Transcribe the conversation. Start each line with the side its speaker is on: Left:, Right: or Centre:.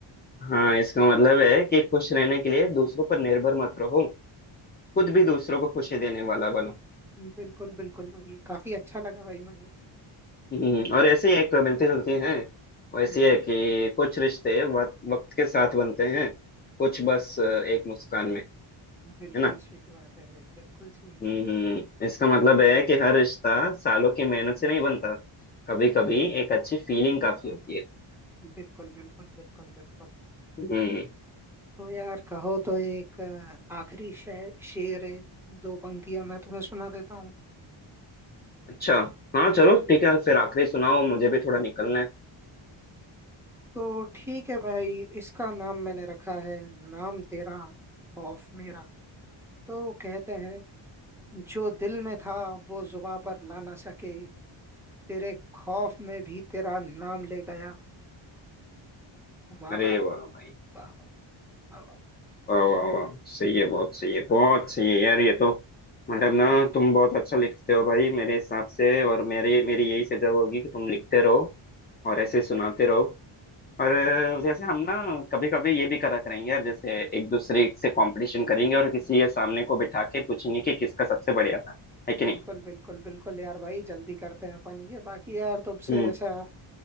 Left: हाँ इसका मतलब है कि खुश रहने के लिए दूसरों पर निर्भर मत रहो खुद भी दूसरों को खुशी देने वाला बनो
Centre: हम्म, बिल्कुल बिल्कुल भाई ये काफी अच्छा लगा भाई मुझे
Left: हम्म, और ऐसे ही एक मिलती जुलती हैं वैसी
Centre: हम्म हम्म,
Left: है कि कुछ रिश्ते वक्त वक्त के साथ बनते हैं कुछ बस एक मुस्कान में है
Centre: बिल्कुल
Left: ना
Centre: सही बात है भाई बिल्कुल सही बात
Left: हम्म
Centre: है
Left: इसका मतलब है कि हर रिश्ता सालों की मेहनत से नहीं बनता कभी कभी एक अच्छी फीलिंग काफी होती है
Centre: बिल्कुल बिल्कुल बिल्कुल बिल्कुल
Left: हम्म
Centre: तो यार कहो तो एक अ, आखिरी शे, शेर है दो पंक्तियां मैं तुम्हें सुना देता हूँ
Left: अच्छा हाँ चलो ठीक है फिर आखिरी सुनाओ मुझे भी थोड़ा निकलना है
Centre: तो ठीक है भाई इसका नाम मैंने रखा है नाम तेरा खौफ मेरा तो कहते हैं जो दिल में था वो जुबां पर ला ना सके तेरे खौफ में भी तेरा नाम ले गया वाह
Left: अरे
Centre: वाह
Left: वाह भाई
Centre: वाह वाह वाह वाह।
Left: वाह वाह वाह सही है बहुत सही है बहुत सही है यार ये तो मतलब ना तुम बहुत अच्छा लिखते हो भाई मेरे हिसाब से और मेरे मेरी यही सजा होगी कि तुम लिखते रहो और ऐसे सुनाते रहो और अ,
Centre: बिल-
Left: जैसे हम ना कभी कभी ये भी करा करेंगे यार जैसे एक दूसरे से कंपटीशन करेंगे और किसी के सामने को बिठा के पूछेंगे कि किसका सबसे बढ़िया था है कि
Centre: बिल्कुल
Left: नहीं
Centre: बिल्कुल बिल्कुल यार भाई जल्दी करते हैं अपन ये बाकी यार तुमसे
Left: हम्म
Centre: ऐसा